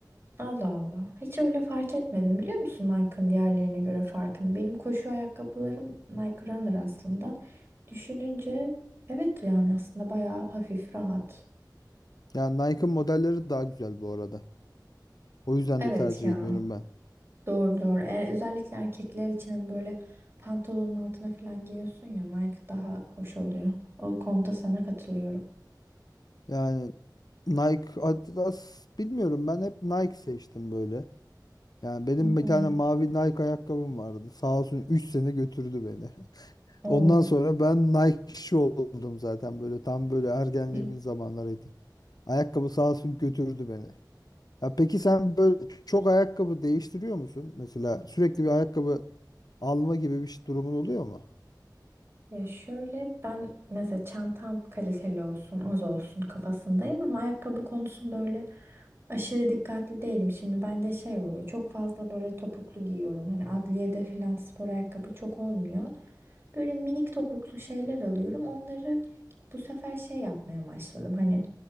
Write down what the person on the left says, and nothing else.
Yani Nike'ın modelleri daha güzel bu arada. O yüzden
de tercih
ediyorum ben.
Yani Nike, Adidas bilmiyorum ben hep Nike seçtim böyle. Yani benim
bir
tane mavi Nike ayakkabım vardı. Sağ olsun 3 sene götürdü beni. <laughs>
Ondan sonra ben Nike'ci oldum zaten böyle tam böyle ergenliğimin
zamanlarıydı. Ayakkabı sağ olsun götürdü beni. Ya peki sen böyle çok ayakkabı değiştiriyor musun? Mesela sürekli bir ayakkabı alma gibi bir şey- durumun oluyor mu?